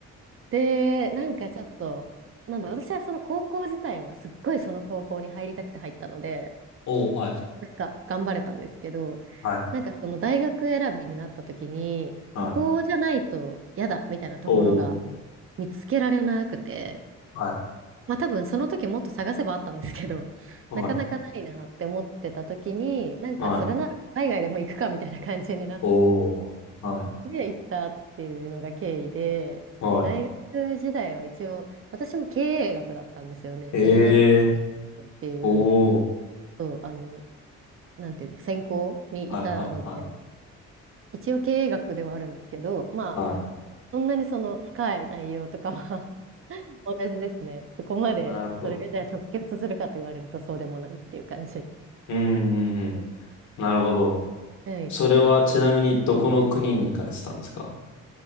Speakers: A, on the right; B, on the left.
A: で、なんかちょっと、なんだ、私はその高校自体はすっごいその高校に入りたくて入ったので、
B: おう、はい。
A: なんか頑張れたんですけど、
B: はい。
A: なんかその大学選びになった時に、
B: はい。
A: ここじゃないと嫌だみたいなところが
B: おう。
A: 見つけられなくて、
B: はい。
A: まあ多分その時もっと探せばあったんですけど、
B: はい。
A: <laughs> なかなかないなって思ってた時に、なんかそれなら海外でも行くかみたいな感じになっ
B: はい。おー。はい。
A: で、行ったっていうのが経緯で、
B: は
A: 大学時代は一応、私も経営学だったんですよね。
B: い。
A: ビジネスマーケットっていう、
B: えー。おー。
A: そう、あの、なんていうの、専攻にいたので、
B: はい、はい、は
A: 一応経営学ではあるんですけど、まあ、
B: い。はい。
A: そんなにその深い内容とかは <laughs> 同じですね。そこまで、
B: <laughs> なるほど。
A: それがじゃあ直結するかと言われるとそうでもないっていう感じ。
B: うん、うんうん。
A: うん
B: なるほど。
A: はい。
B: それはちなみにどこの国に行かれてたんですか